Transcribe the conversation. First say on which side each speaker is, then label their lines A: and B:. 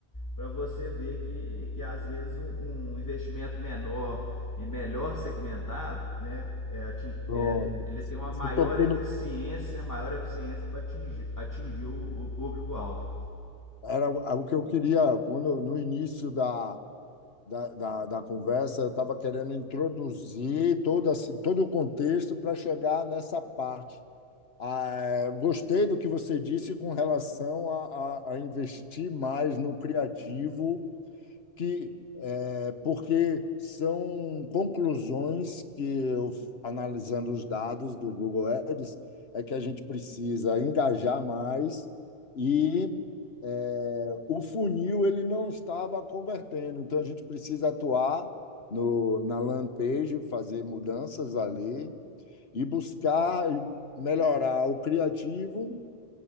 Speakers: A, on the left (about 20°); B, on the left (about 80°).
A: para você ver que, que às vezes um, um investimento menor e melhor segmentado, né, é,
B: pronto.
A: é, ele tem uma
B: Você
A: maior
B: tocou
A: eficiência,
B: no,
A: maior eficiência para atingir, atingir o, o público-alvo.
B: é, era o o que eu queria quando, no início da, da, da, da conversa, eu estava querendo introduzir todo, assim, todo o contexto para chegar nessa parte. Ah, gostei do que você disse com relação a, a, a investir mais no criativo que é, porque são conclusões que eu, analisando os dados do Google Ads, é que a gente precisa engajar mais e é, o funil ele não estava convertendo, então a gente precisa atuar no, na landing page, fazer mudanças ali e buscar melhorar o criativo